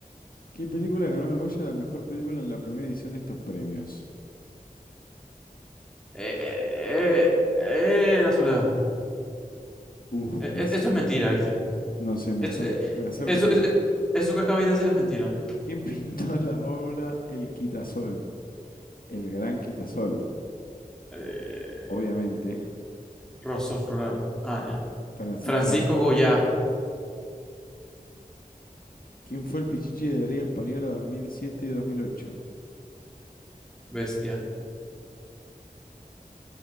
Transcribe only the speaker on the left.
¿Qué película ganó el Goya a la mejor película en la primera edición de estos premios?
Uf,
me
ac-
no sé, me
acerco,
me acerco
a ti.
¿Quién <laughs> pintó la obra El Quitasol? El Gran Quitasol,
obviamente.
Francisco
del...
¿Quién fue el Pichichi de la Liga Española 2007-2008?